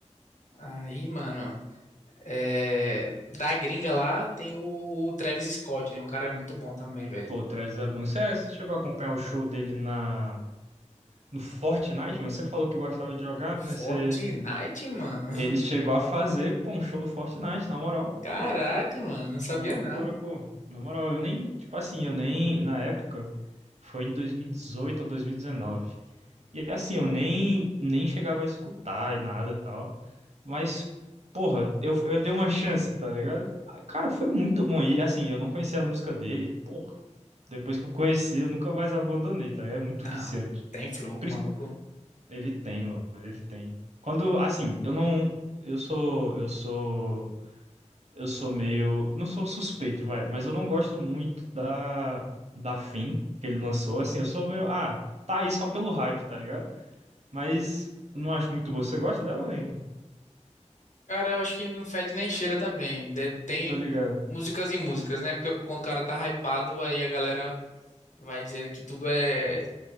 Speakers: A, on the left; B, on the right.
A: Aí, mano. É, da gringa lá tem o Travis Scott, né? O cara é muito bom também, velho.
B: Pô, o Travis é bom. Você, você chegou a acompanhar o show dele na, no Fortnite, mano? Você falou que gostava de jogar, né? Você,
A: Fortnite, mano.
B: ele
A: <laughs>
B: chegou a fazer, pô, um show no Fortnite, na moral.
A: Caraca, mano, não sabia
B: Uma loucura,
A: não.
B: pô. Na moral, eu nem, tipo assim, eu nem, na época, foi em 2018 ou 2019. E assim, eu nem, nem chegava a escutar e nada e tal. Mas, porra, eu, eu dei uma chance, tá ligado? Ah, Cara, foi muito bom. E assim, eu não conhecia as músicas dele. Porra, depois que eu conheci, eu nunca mais abandonei, tá ligado? É muito
A: Não,
B: viciante.
A: tem flow,
B: Princip-
A: maluco.
B: Ele tem, mano, ele tem. Quando, assim, eu não. Eu sou. Eu sou. Eu sou meio. Não sou suspeito, vai. Mas eu não gosto muito da. Da Fim que ele lançou. Assim, eu sou meio. Ah, tá aí só pelo hype, tá ligado? Mas eu não acho muito boa. Você gosta dela, nem?
A: Cara, eu acho que não fede nem cheira também. De- tem
B: Tô ligado.
A: músicas e músicas, né? Porque quando o cara tá hypado, aí a galera vai dizer que tudo é,